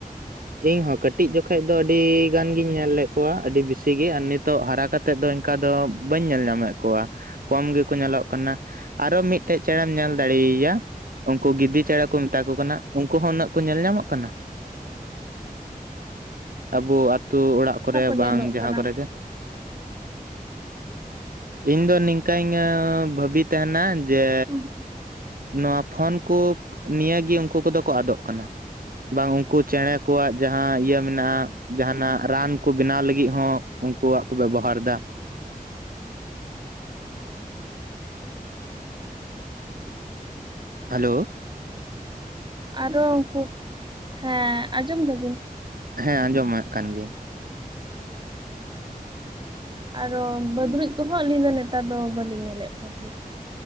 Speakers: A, on the right; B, on the right.
A: ᱤᱧᱦᱚᱸ ᱠᱟᱹᱴᱤᱡ ᱡᱚᱠᱷᱮᱡ ᱫᱚ ᱟᱹᱰᱤ ᱜᱟᱱ ᱜᱤᱧ ᱧᱮᱞ ᱞᱮᱫ ᱠᱚᱣᱟ ᱟᱹᱰᱤ ᱵᱤᱥᱤ ᱜᱮ ᱟᱨ ᱱᱤᱛᱚᱜ ᱦᱟᱨᱟ ᱠᱟᱛᱮ ᱛᱮᱫ ᱫᱚ ᱚᱱᱠᱟ ᱫᱚ ᱵᱟᱹᱧ ᱧᱮᱞ ᱧᱟᱢᱮᱫ ᱠᱚᱣᱟ ᱠᱚᱢ ᱜᱮᱠᱚ ᱧᱮᱞᱚᱜ ᱠᱟᱱᱟ ᱟᱨᱚ ᱢᱤᱫᱴᱮᱡ ᱪᱮᱬᱮᱢ ᱧᱮᱞ ᱫᱟᱲᱮᱭᱟᱭᱟ ᱩᱱᱠᱩ ᱜᱤᱫᱤ ᱪᱮᱬᱮ ᱠᱚ ᱢᱮᱛᱟ ᱠᱚ ᱠᱟᱱᱟ ᱩᱱᱠᱩ ᱦᱚᱸ ᱩᱱᱟᱹᱜ ᱠᱚ ᱧᱮᱞ ᱧᱟᱢᱚᱜ ᱠᱟᱱᱟ? ᱟᱵᱚ ᱟᱹᱛᱩ ᱚᱲᱟᱜ ᱠᱚᱨᱮ
B: ᱵᱟᱠᱚ
A: ᱵᱟᱝ
B: ᱧᱮᱞᱚᱜ
A: ᱡᱟᱦᱟᱸ
B: ᱠᱟᱱᱟ
A: ᱠᱚᱨᱮᱜᱮ ᱤᱧ ᱫᱚ ᱱᱤᱝᱠᱟᱹᱧ ᱵᱷᱟᱵᱤ ᱛᱟᱦᱮᱱᱟ ᱡᱮ
B: ᱦᱩᱸ
A: ᱱᱚᱣᱟ ᱯᱷᱳᱱ ᱠᱚ ᱱᱤᱭᱟᱹ ᱜᱮ ᱩᱱᱠᱩ ᱠᱚᱫᱚ ᱠᱚ ᱟᱫᱚᱜ ᱠᱟᱱᱟ ᱵᱟᱝ ᱩᱱᱠᱩ ᱪᱮᱸᱬᱮ ᱠᱚᱣᱟᱜ ᱡᱟᱦᱟᱸ ᱤᱭᱟᱹ ᱢᱮᱱᱟᱜᱼᱟ ᱡᱟᱦᱟᱱᱟᱜ ᱨᱟᱱ ᱠᱩ ᱵᱮᱱᱟᱣ ᱞᱟᱹᱜᱤᱫ ᱦᱚᱸ ᱩᱱᱠᱩᱣᱟᱜ ᱠᱚ ᱵᱮᱵᱚᱦᱟᱨ ᱮᱫᱟ᱾ ᱦᱮᱞᱳ᱾
B: ᱟᱨᱚ ᱩᱱᱠᱩ ᱦᱮᱸ ᱟᱸᱡᱚᱢ ᱫᱟᱵᱤᱱ ᱥᱮ
A: ᱦᱮᱸ ᱟᱸᱡᱚᱢᱟᱜ ᱠᱟᱱ ᱜᱤᱭᱟᱹᱧ᱾
B: ᱟᱨᱚ ᱵᱟᱹᱫᱽᱲᱩᱡ ᱠᱚᱦᱚᱸ ᱟᱹᱞᱤᱧ ᱫᱚ ᱱᱮᱛᱟᱨ ᱫᱚ ᱵᱟᱹᱞᱤᱧ ᱧᱮᱞᱮᱫ ᱠᱚ ᱜᱮ᱾